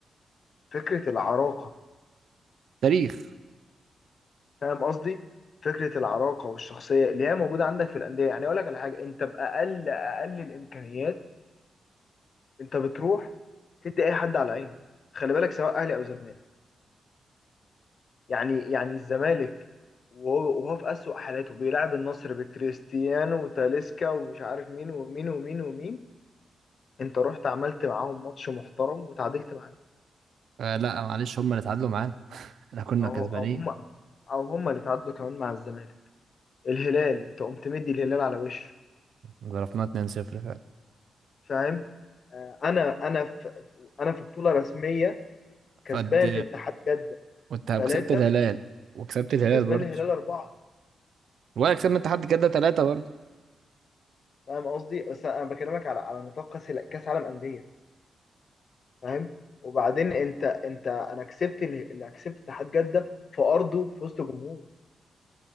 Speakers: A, on the left (about 50°); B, on the right (about 70°).
A: فكرة العراقة
B: تاريخ
A: فاهم قصدي؟ فكرة العراقة والشخصية اللي هي موجودة عندك في الأندية يعني أقول لك على حاجة أنت بأقل أقل الإمكانيات أنت بتروح تدي أي حد على عينه خلي بالك سواء أهلي أو زمالك يعني يعني الزمالك وهو وهو في أسوأ حالاته بيلعب النصر بكريستيانو وتاليسكا ومش عارف مين ومين ومين ومين انت رحت عملت معاهم ماتش محترم وتعادلت معاهم
B: آه لا معلش هم اللي اتعادلوا معانا احنا كنا
A: او
B: كسبانين
A: او هم او هم اللي تعادلوا كمان مع الزمالك الهلال انت قمت مدي الهلال على وشه
B: ضربنا 2-0 فعلا
A: فاهم آه، انا انا في انا في بطولة رسمية كسبان
B: فد
A: اتحاد جدة
B: وانت كسبت
A: ثلاثة
B: الهلال وكسبت الهلال
A: وكسبان
B: برضه
A: الهلال أربعة
B: ولا كسبنا اتحاد جده ثلاثه برضه
A: فاهم قصدي بس انا بكلمك على على نطاق كاس كاس عالم أندية فاهم وبعدين انت انت انا كسبت ال- اللي كسبت اتحاد جده في ارضه في وسط جمهور